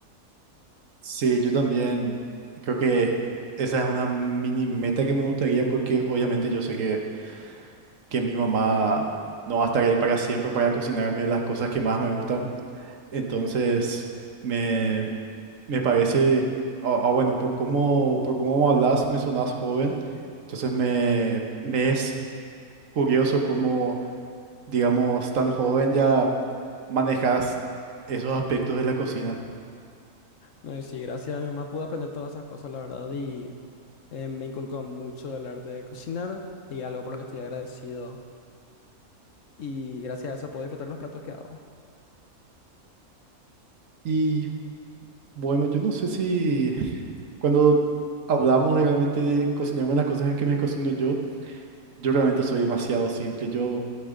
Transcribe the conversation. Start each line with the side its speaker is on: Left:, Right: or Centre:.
Right: Sí, yo también creo que esa es una mini meta que me gustaría porque obviamente yo sé que, que mi mamá no va a estar ahí para siempre para cocinarme las cosas que más me gustan. Entonces, me, me parece, ah, ah, bueno, por cómo, por cómo hablas, me sonás joven. Entonces, me, me es curioso cómo, digamos, tan joven ya manejas esos aspectos de la cocina.
Left: No, Y sí, gracias a mi mamá pude aprender todas esas cosas, la verdad, y eh, me inculcó mucho el arte de cocinar y algo por lo que estoy agradecido. Y gracias a eso puedo disfrutar los platos que hago.
Right: Y Bueno, yo no sé si <laughs> cuando hablamos de realmente de cocinar buenas cosas que me cocino yo, yo realmente soy demasiado simple. Yo